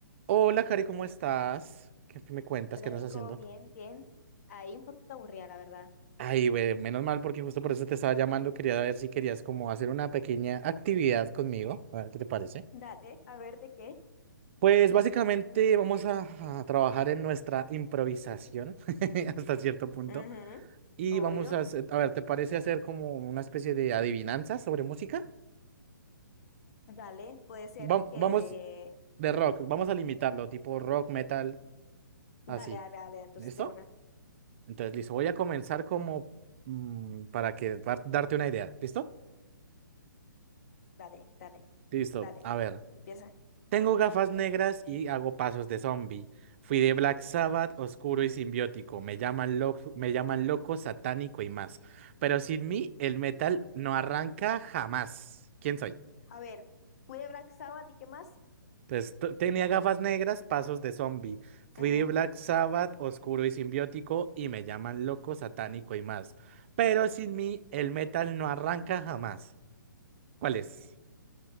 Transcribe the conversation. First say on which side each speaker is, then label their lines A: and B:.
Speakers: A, on the right (about 35°); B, on the left (about 50°).
A: Hola, Cari, ¿cómo estás? ¿Qué, qué me cuentas?
B: Hola
A: ¿Qué andas
B: Nico,
A: haciendo?
B: bien, bien. Ahí un poquito aburrida, la verdad.
A: Ay, güey, menos mal porque justo por eso te estaba llamando. Quería ver si querías como hacer una pequeña actividad conmigo. A ver, ¿qué te parece?
B: Dale, a ver de qué.
A: Pues básicamente vamos a, a trabajar en nuestra improvisación <laughs> hasta cierto punto.
B: Ujú,
A: Y
B: obvio.
A: vamos a hacer, a ver, ¿te parece hacer como una especie de adivinanza sobre música?
B: Dale, puede ser
A: Vam-
B: que
A: vamos
B: de...
A: de rock, vamos a limitarlo, tipo rock, metal,
B: Dale,
A: así.
B: dale, dale, entonces
A: ¿Listo?
B: de una.
A: Entonces, listo, voy a comenzar como mm, para que va- darte una idea. ¿Listo?
B: Dale, dale,
A: Listo.
B: dale.
A: A ver.
B: Empieza.
A: Tengo gafas negras y hago pasos de zombie. Fui de Black Sabbath, oscuro y simbiótico. Me llaman loco, me llaman loco, satánico y más. Pero sin mí, el metal no arranca jamás. ¿Quién soy?
B: A ver, fui de Black Sabbath y qué más.
A: Entonces, t- tenía gafas negras, pasos de zombie. Fui
B: Ujú.
A: de Black Sabbath, oscuro y simbiótico, y me llaman loco, satánico y más. Pero sin mí, el metal no arranca jamás. ¿Cuál es?